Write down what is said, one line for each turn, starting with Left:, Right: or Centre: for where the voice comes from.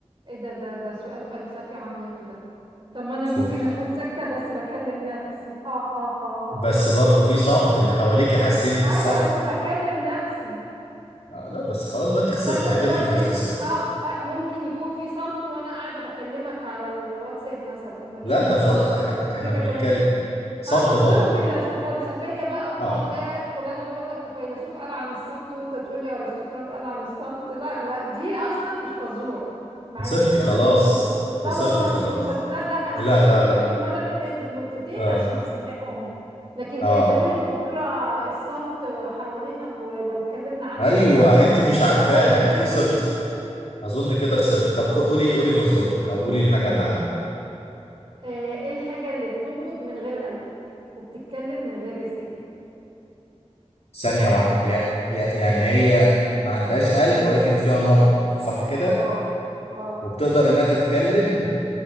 Right: ايه ده ده ده سؤال فلسفي عميق ده طب ما انا
Left: شفته
Right: ممكن اكون ساكتة بس بكلم نفسي ها ها ها ها
Left: بس برضه في صمت اللي حواليكي حاسين بالصمت
Right: ايوه بس بكلم نفسي
Left: آه لا بس خلاص بقى انت خسرتي
Right: باخد
Left: اعترف
Right: وبدي
Left: انك خسرت
Right: اه آه، ممكن يكون في صمت وانا قاعده بكلمك على الواتساب مثلا ده كده
Left: لا
Right: مش
Left: ده
Right: صمت
Left: خلاص
Right: بس
Left: احنا
Right: كده
Left: بنتكلم
Right: كلام
Left: صمت
Right: اه فالظروف
Left: برضه
Right: فيلس- فلسفيه بقى ونقعد
Left: اه
Right: بقى ادخل انا بقول لك وفيلسوف قال عن الصمت وانت تقول لي ارسطقراط قال عن الصمت لا لا دي اصلا مش فزوره معلش
Left: خسرتي
Right: خد
Left: خلاص
Right: الفزوره لا
Left: خسرتي
Right: والله
Left: خلاص
Right: دي مش فزوره لا لا انا
Left: لا
Right: حسبت
Left: لا لا
Right: لك المره اللي فاتت نقطتين
Left: اه
Right: عشان تستحقهم لكن
Left: اه
Right: ت- تقول لي فزوره الصمت حوالينا ولو اتكلمنا عنه
Left: ايوه
Right: هنبقى
Left: انت مش عارفاها
Right: هيختفي
Left: خسرتي اظن كده خسرتي طب خ- قولي قولي فزورتك او قولي الحاجه اللي عندك
Right: آه، ايه الحاجه اللي بتنبض من غير قلب وبتتكلم من غير لسان
Left: ثانية
Right: معروفه
Left: واحدة
Right: دي
Left: يع-
Right: بقى
Left: يع- يعني هي ما عندهاش قلب ولكن فيها نبض صح كده
Right: اه اه
Left: وبتقدر انها تتكلم